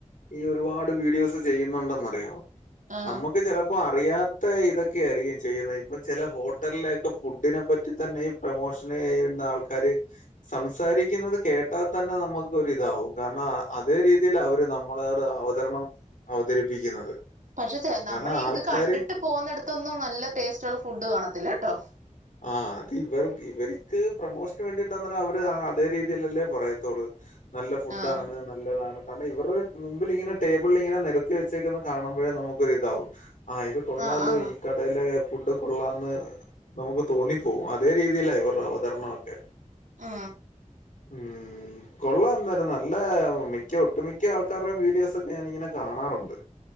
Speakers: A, on the left; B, on the right.
A: ഈ ഒരുപാട് വീഡിയോസ് ചെയ്യുന്നുണ്ടെന്നറിയോ
B: ആഹ്
A: നമ്മുക്ക് ചിലപ്പോ അറിയാ ഇത്തെ ഇതൊക്കെയ ആയിരിക്കും ചെയ്യുന്നത് ഇപ്പം ചില ഹോട്ടലിലൊക്കെ ഫുഡിനെ പറ്റി തന്നെ പ്രൊമോഷ <unintelligible> ക്കാര് സംസാരിക്കുന്നത് കേട്ടാൽ തന്നെ നമുക്ക്ൊ ഇതാവും കാരണം അതേ രീതിയിൽ അവര് നമ്മളട് അവതരണം അവതരിപ്പിക്കുന്നത്
B: പക്ഷെ നമ്മൾീഈ
A: കാരണം ആൾക്കാര്
B: ഇത് കണ്ടിട്ട് പോകുന്നടുത്തൊന്നും നല്ല ടേസ്റ്റ്ള്ള ഫുഡ് കാണത്തില്ല അട്ട
A: ആ അത് ഇവർ ഇവർക്ക് പ്രമോഷന് വേണ്ടിട്ട് അന്നനെ അവര് അതേ രീതിയിലല്ലേ പറയത്തോട നല്ല ഫുഡാണ്
B: ആഹ്
A: നല്ലതാണ് ക ഇവരുടെ മുമ്പിൽ ഇങ്ങനെ ടേബിളിൽ ഇങ്ങനെ നിരത്തി വെച്ചേക്കന്ന് കാണുമ്പോഴേ നമുക്കൊരി ഇതാവും ആഹ ഇത് കൊള്ളാാലോ
B: ആഹ് ആന്ന്
A: ഈ കടയിലെ ഫുഡ് കൊള്ളാമന്ന് നമുക്ക് തോന്നിപ്പോവുംും അതേ രീതിയില ഇവരുടെ അവതരണൊക്കെ
B: ആ
A: ഉം കൊള്ള എന്താല നല്ല മിക്ക ഒട്ടുമിക്ക ആൾക്കാരുടെ വീഡിയോസ ഒക്കെ ഞാനിങ്ങനെ കാണാറുണ്ട്